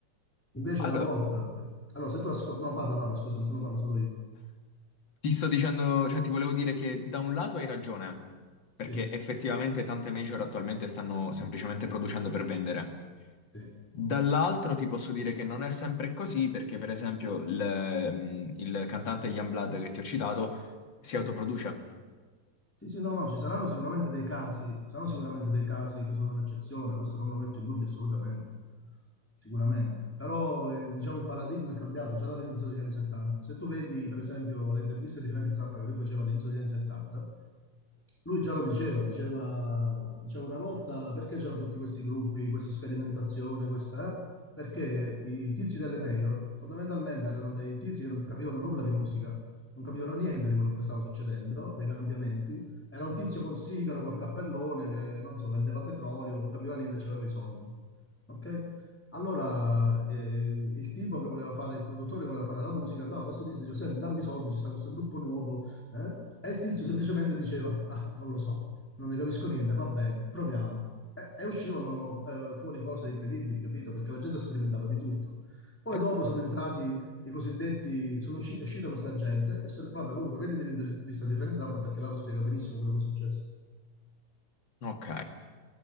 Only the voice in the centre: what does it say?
Invece
una volta... Allora, se tu ascolti... No, parla, parla, scusami, se no parlo solo io.
Sì,
sì,
sì. Sì, sì, no, no, ci saranno sicuramente dei casi, saranno sicuramente dei casi che sono un'eccezione, questo non lo metto in dubbio assolutamente, sicuramente. Però eh, diciamo il paradigma è cambiato già dall'inizio degli anni 70. Se tu vedi per esempio le interviste di Frank Zappa che lui faceva all'inizio degli anni 70, lui già lo diceva, diceva, diceva una volta perché c'erano tutti questi gruppi, questa sperimentazione, questa, eh? Perché i tizi delle major fondamentalmente erano dei tizi che non capivano nulla di musica, non capivano niente di quello che stava succedendo, dei cambiamenti. Era un tizio col sigaro, col cappellone che, non so, vendeva petrolio, non capiva niente, aveva i soldi. Ok? Allora, eh, il tipo che voleva fare, il produttore che voleva fare la musica, andava da sto tizio e diceva, senti, dammi i soldi, ci sta questo gruppo nuovo eh? E il tizio semplicemente diceva, ma non lo so, non ne capisco niente, va bene, proviamo. E, e uscivano eh, fuori cose incredibili, capito? Perché la gente sperimentava di tutto. Poi
dopo sono entrati i cosiddetti, sono usci- è uscita questa gente, e sono- vabbè comunque vedete l'intervista di Frank Zappa perché là lo spiega benissimo quello che è successo.